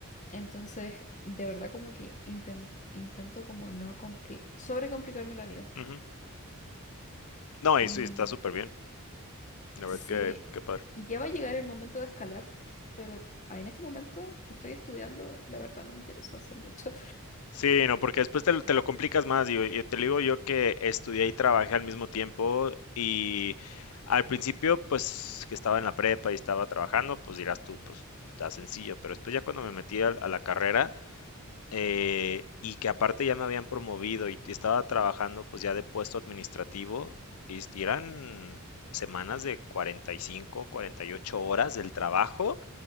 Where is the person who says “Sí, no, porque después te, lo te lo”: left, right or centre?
Left